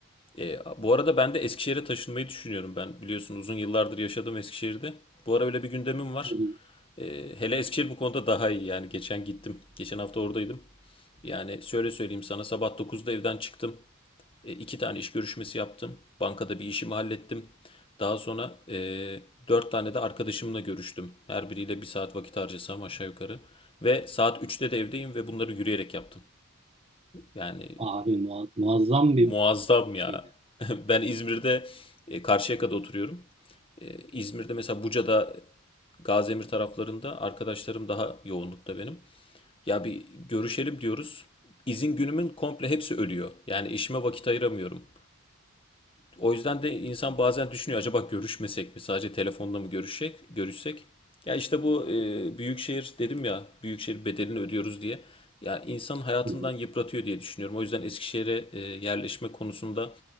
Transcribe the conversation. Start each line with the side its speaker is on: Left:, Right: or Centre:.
Left: E, bu arada ben de Eskişehir'e taşınmayı düşünüyorum. Ben biliyorsun uzun yıllardır yaşadım Eskişehir'de. Bu ara öyle bir gündemim var.
Right: Hı hı.
Left: E, hele Eskişehir bu konuda daha iyi. Yani geçen gittim. Geçen hafta oradaydım. Yani şöyle söyleyeyim sana sabah 9'da evden çıktım. E, iki tane iş görüşmesi yaptım. Bankada bir işimi hallettim. Daha sonra e, dört tane de arkadaşımla görüştüm. Her biriyle bir saat vakit harcasam aşağı yukarı. Ve saat 3'te de evdeyim ve bunları yürüyerek yaptım. Yani
Right: Abi mua- muazzam
Left: muazzam
Right: bir şeydi.
Left: ya. <laughs> Ben İzmir'de e, Karşıyaka'da oturuyorum. E, İzmir'de mesela Buca'da Gaziemir taraflarında arkadaşlarım daha yoğunlukta benim. Ya bir görüşelim diyoruz. İzin günümün komple hepsi ölüyor. Yani işime vakit ayıramıyorum. O yüzden de insan
Right: Hı
Left: bazen düşünüyor acaba görüşmesek mi? Sadece telefonla mı görüşsek? Görüşsek? Ya işte bu e, büyükşehir dedim ya büyükşehir bedelini ödüyoruz diye. Ya insan hayatından
Right: hı.
Left: yıpratıyor diye düşünüyorum. O yüzden Eskişehir'e e, yerleşme konusunda